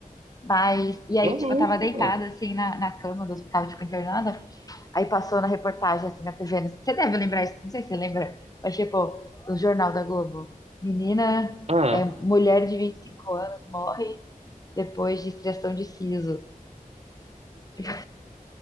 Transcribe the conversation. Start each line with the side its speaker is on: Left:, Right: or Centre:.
Left: Mas, e
Right: Tô
Left: aí,
Right: louco.
Left: tipo, eu tava deitada, assim, na, na cama do hospital, tipo, internada. Aí passou na reportagem, assim, na TV. não Você deve lembrar isso, não sei se você lembra, mas, tipo, no Jornal da Globo. Menina,
Right: Ah.
Left: é, mulher de 25 anos morre depois de extração de siso. Tipo,